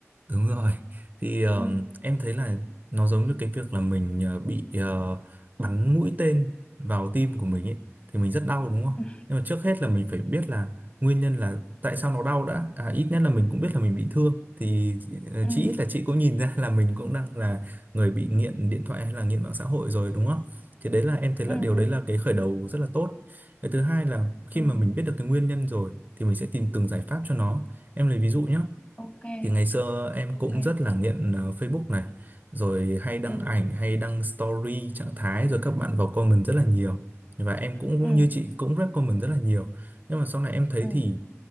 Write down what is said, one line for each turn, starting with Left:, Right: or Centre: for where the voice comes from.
Right: Đúng rồi. Thì ờ,
Left: ừ
Right: em thấy là nó giống như cái việc là mình ờ, bị ờ, bắn mũi tên vào tim của mình ấy thì mình rất đau đúng không?
Left: <laughs>
Right: Nhưng mà trước hết là mình phải biết là nguyên nhân là tại sao nó đau đã. À, ít nhất là mình cũng biết là mình bị thương thì ờ,
Left: ừ
Right: chí ít là chị cũng nhìn <laughs> ra là mình cũng đang là người bị nghiện điện thoại hay là nghiện mạng xã hội rồi đúng không? Thì đấy là em thấy
Left: ừ
Right: là điều đấy
Left: ừ
Right: là cái khởi đầu rất là tốt. Cái thứ hai là khi
Left: ừ
Right: mà mình biết được cái nguyên nhân rồi thì mình sẽ tìm từng giải pháp cho nó. Em lấy ví dụ nhé
Left: ok
Right: thì ngày xưa em
Left: ok
Right: cũng rất là nghiện ờ, Facebook này, rồi hay đăng
Left: ừ
Right: ảnh, hay đăng story, trạng thái, rồi các bạn vào comment rất là nhiều. Và em cũng
Left: ừ
Right: như chị cũng rep comment rất là nhiều. Nhưng mà sau này em thấy
Left: ừ
Right: thì